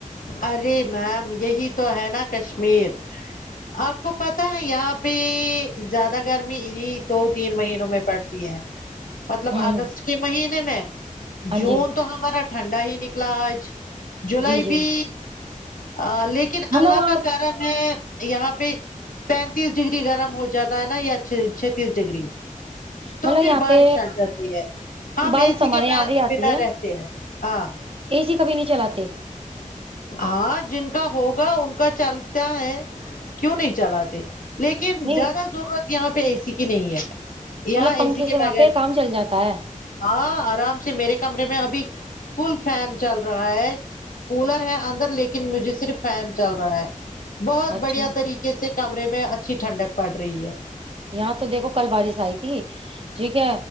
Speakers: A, on the left; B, on the right.
A: ارے میم یہی تو ہے نا کشمیر آپ کو پتاہ ہے یہاں پہ زیادہ گرمی دو تین مہینوں میں پڑتی ہے مطلب
B: ہوں
A: اگست
B: ہوں
A: کے مہینے میں
B: ہاں
A: جون
B: جی
A: تو ہمارا ٹھنڈا ہی نکلا آج جولائی
B: جی جی
A: بھی آ لی کن
B: مطلب
A: اللہ کا
B: آپ
A: کرم ہے یہاں پہ پینتیس ڈگری گرم ہو جاتا ہے نا یا چے چھتیس ڈگری تو
B: مطلب
A: پھر
B: یہاں
A: بارش
B: پہ
A: آ جاتی ہے ہم
B: بارش
A: اے سی
B: ہمارے
A: کے ب
B: یہاں بھی آتی
A: بنا
B: ہے
A: رہتے ہیں ہاں
B: اے سی کبھی نہیں چلاتے
A: آن جن کا ہوگا ان کا چلتا ہے کیوں نہیں چلاتے لیکن
B: نہیں
A: زیادہ ضرورت یہاں پہ اے سی کی نہیں ہے یہاں
B: مطلب پنکھے
A: اے سی کے
B: سے
A: بغیر
B: وہاں پہ کام چل جاتا ہے
A: ہاں آرام سے میرے کمرے میں ابھی فل فین چل رہا ہے کولر ہے اندر لیکن مجھے صرف فین چل رہا ہے بہت
B: اچھا
A: بڑھیا طریقہ کیسے کمرے میں اچھی ٹھنڈک پڑ رہی ہے
B: یہاں تو دیکھو کل بارش آئی تھی ٹھیک ہے